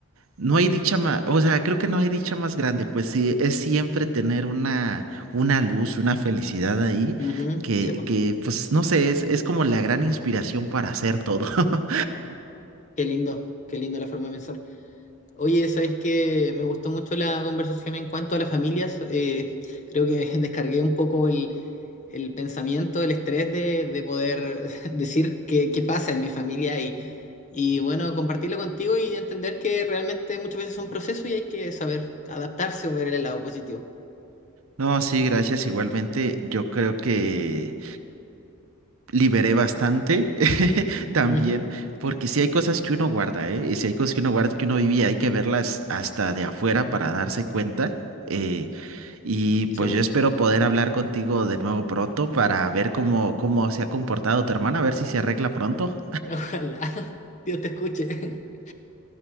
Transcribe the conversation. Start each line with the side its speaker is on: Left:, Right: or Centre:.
Right: no hay dicha más, o sea, creo que no hay dicha más grande, pues sí, es siempre tener una, una luz, una felicidad ahí,
Left: Ujú,
Right: que,
Left: sí, po.
Right: que pues no sé, es, es como la gran inspiración para hacer todo. <laughs>
Left: Qué lindo. Qué lindo la forma de pensar. Oye, sabes que me gustó mucho la conversación en cuanto a las familias. eh, creo que <laughs> descargué un poco el, el pensamiento, el estrés de, de poder <laughs> decir qué, qué pasa en mi familia y, y bueno, compartirlo contigo y entender que realmente muchas veces es un proceso y hay que saber adaptarse o ver el lado positivo.
Right: No, sí, gracias igualmente. Yo creo que... liberé bastante <laughs> también,
Left: Ujú,
Right: porque si hay cosas que uno guarda, ¿eh? Y si hay cosas que uno guarda, que uno vivía, hay que verlas hasta de afuera para darse cuenta. eh, y pues
Left: sí, po.
Right: yo espero poder hablar contigo de nuevo pronto para ver cómo, cómo se ha comportado tu hermana, a ver si se arregla pronto.
Left: <laughs> Ojalá Dios te escuche. <laughs>